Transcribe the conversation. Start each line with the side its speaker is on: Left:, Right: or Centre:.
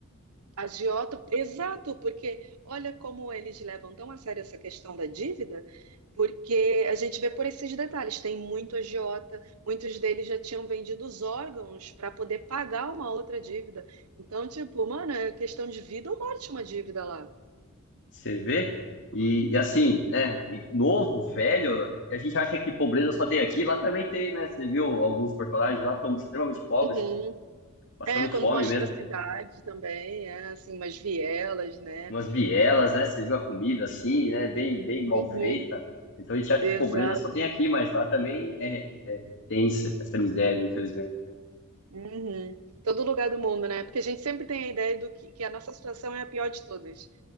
Right: Agiota, exato, porque olha como eles levam tão a sério essa questão da dívida, porque a gente vê por esses detalhes, tem muito agiota, muitos deles já tinham vendido os órgãos para poder pagar uma outra dívida. Então, tipo, mano, é questão de vida ou morte uma dívida lá.
Left: Você vê? E, e assim, né? e novo, velho, e a gente acha que pobreza só tem aqui, lá também tem, né? Você viu alguns personagens lá são extremamente pobres,
Right: Uhum,
Left: passando
Right: É,
Left: fome
Right: quando mostra
Left: mesmo,
Right: a cidade também, é assim, umas vielas, né?
Left: umas vielas, né? Você viu a comida assim, né? Bem, bem mal
Right: uhum,
Left: feita. Então a gente acha
Right: Exato.
Left: que pobreza só tem aqui, mas lá também é, é tem essa essa miséria, infelizmente.
Right: Uhum. Todo lugar do mundo, né? Porque a gente sempre tem a ideia do que, que a nossa situação é a pior de todas.